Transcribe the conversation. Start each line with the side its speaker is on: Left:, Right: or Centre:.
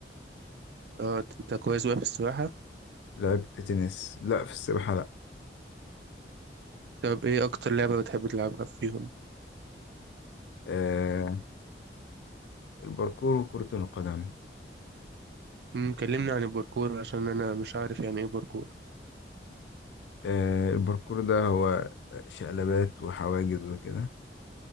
Right: اه أنت كويس بقى في السباحة
Left: لعبت تنس لا في السباحة لا
Right: طب إيه أكتر لعبة بتحب تلعبها فيهم؟
Left: آه، الباركور وكرة القدم
Right: مم، كلمني عن الباركور عشان أنا مش عارف يعني إيه باركور
Left: آه، الباركور ده هو شقلبات وحواجز وكده